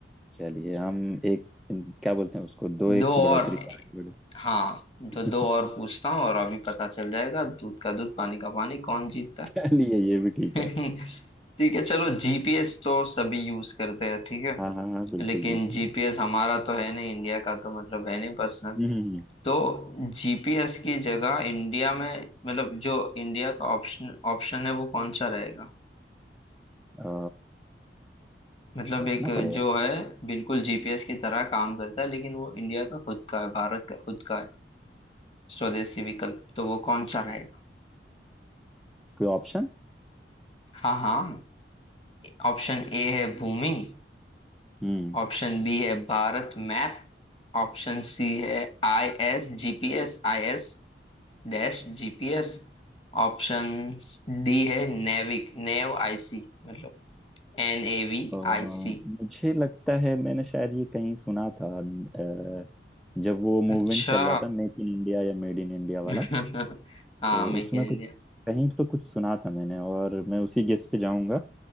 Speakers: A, in the centre; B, on the left.
A: चलिए हम एक क्या बोलते हैं उसको दो एक
B: दो
A: की
B: और
A: बढ़ोतरी से आगे बढ़े
B: हाँ
A: <laughs>
B: तो दो और पूछता हूँ और अभी पता चल जाएगा दूध का दूध पानी का पानी कौन जीतता
A: चलिए ये भी ठीक
B: है
A: है
B: <laughs> ठीक है चलो जीपीएस तो सभी यूज करते हैं ठीक है
A: हाँ हाँ हाँ बिल्कुल
B: लेकिन
A: बिल्कुल
B: जीपीएस हमारा तो है नहीं इंडिया का तो मतलब है नहीं पर्सनल
A: हम्म
B: तो जीपीएस की जगह इंडिया में मतलब जो इंडिया का ऑप्शन ऑप्शन है वो कौन सा रहेगा
A: अ,
B: मतलब
A: सोचना
B: एक
A: पड़ेगा
B: जो है बिल्कुल जीपीएस की तरह काम करता है लेकिन वो इंडिया का खुद का है भारत का खुद का है स्वदेशी विकल्प तो वो कौन सा रहेगा
A: कोई ऑप्शन
B: हाँ हाँ ऑप्शन ए है भूमि
A: हम्म
B: ऑप्शन बी है भारत मैप ऑप्शन सी है I S GPS I S dash GPS option D है नेविक नेव आईसी मतलब N A V
A: अ,
B: I C
A: मुझे लगता है मैंने शायद ये कहीं सुना था अ, जब वो मूवमेंट
B: अच्छा
A: चल रहा था मेक इन इंडिया या मेड इन इंडिया वाला
B: <laughs> हाँ
A: तो
B: मेक
A: उसमें
B: इन इंडिया
A: कुछ कहीं तो कुछ सुना था मैंने और मैं उसी गेस पे जाऊंगा